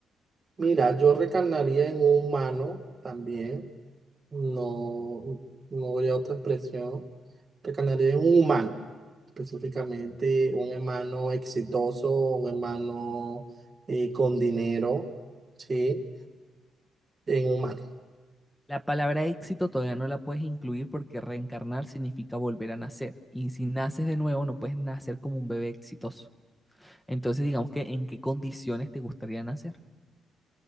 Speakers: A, on the right; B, in the centre.
A: Mira, yo reencarnaría en un humano también. No, no habría otra expresión. Reencarnaría en un humano. específicamente un hermano exitoso, un hermano eh, con dinero, ¿sí? En un mano.
B: La palabra éxito todavía no la puedes incluir porque reencarnar significa volver a nacer. Y si naces de nuevo, no puedes nacer como un bebé exitoso. Entonces, digamos que en qué condiciones te gustaría nacer.